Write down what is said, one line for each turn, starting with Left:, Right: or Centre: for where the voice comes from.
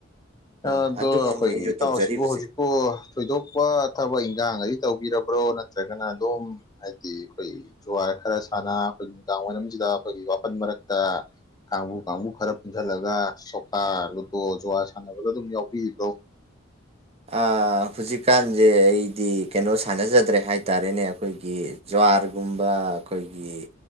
Right: ꯑꯥ
Left: ꯑꯗꯣ
Right: ꯑꯗꯨꯃꯅꯦ
Left: ꯑꯩꯈꯣꯏꯒꯤ
Right: ꯑꯩꯁꯨ
Left: ꯏꯇꯥꯎꯁꯤꯕꯨ
Right: ꯇꯧꯖꯔꯤꯕꯁꯦ
Left: ꯍꯧꯖꯤꯛꯄꯨ ꯊꯣꯏꯗꯣꯛꯄ ꯊꯕꯛ ꯏꯟꯈꯥꯡ ꯑꯗꯨ ꯇꯧꯕꯤꯔꯕ꯭ꯔꯣ ꯅꯠꯇ꯭ꯔꯒꯅ ꯑꯗꯨꯝ ꯍꯥꯏꯗꯤ ꯑꯩꯈꯣꯏ ꯖꯨꯋꯥ ꯈ ꯈꯔ ꯁꯥꯟꯅ ꯑꯩꯈꯣꯏꯒꯤ ꯅꯨꯡꯗꯥꯡ ꯋꯥꯏꯔꯝꯁꯤꯗ ꯑꯩꯈꯣꯏꯒꯤ ꯋꯥꯄꯜ ꯃꯔꯛꯇ ꯀꯥꯡꯕꯨ ꯀꯥꯡꯕꯨ ꯈꯔ ꯄꯨꯟꯓꯜꯂꯒ ꯁꯣꯀꯥ ꯂꯨꯗꯣ ꯖꯨꯍꯥ ꯁꯥꯟꯅꯕꯗꯣ ꯑꯗꯨꯝ ꯌꯥꯎꯕꯤꯔꯤꯕ꯭ꯔꯣ
Right: ꯑꯥ ꯍꯧꯖꯤꯛꯀꯥꯟꯁꯦ ꯑꯩꯗꯤ ꯀꯩꯅꯣ ꯁꯥꯟꯅꯖꯗ꯭ꯔꯦ ꯍꯥꯏꯇꯥꯔꯦꯅꯦ ꯑꯩꯈꯣꯏꯒꯤ ꯖ꯭ꯋꯥꯔꯒꯨꯝꯕ ꯑꯩꯈꯣꯏ ꯑꯩꯈꯣꯏꯒꯤ